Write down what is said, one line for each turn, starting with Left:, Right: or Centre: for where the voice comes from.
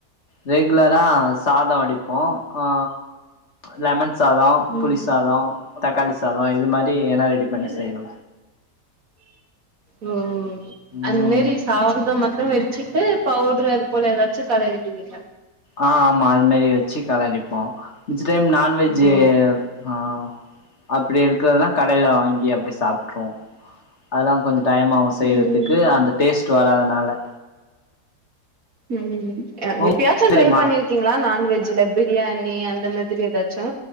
Left: ரெகுலரா சாத வடிப்போ ஆ லெமன் சாதம்
Right: ம்
Left: புளி சாத தக்காளி சாத இது மாதிரி ஏதுன்னா ரெடி பண்ணி செய்வோ
Right: ஓ அந்த
Left: ம்
Right: மேரிஸ் சாதத்தமட்டும் வெடிச்சிட்டு பவுட்ரு அது போல ஏதாச்சு கலரிடுவீங்க
Left: ஆ ஆமா அது மேரி வச்சி கலடிப்போ மிச்ச டைம் நான்வெஜ்ஜி
Right: ஓ
Left: ஆ அப்டி இருக்கிறதுனா கடைல வாங்கி அப்டி சாப்ட்ருவோ அதெல்லா கொஞ்சோ டைம் ஆவு செய்றதுக்கு
Right: ம்
Left: அந்த டேஸ்ட் வராதனால
Right: ம் அ
Left: உங்களுக்கு
Right: எப்பயாச்சு ட்ரை
Left: தெரியுமா
Right: பண்ணிருக் கிங்ளா நான்வெஜ்ல பிரியாணி அந்த மாதிரி எதாச்சு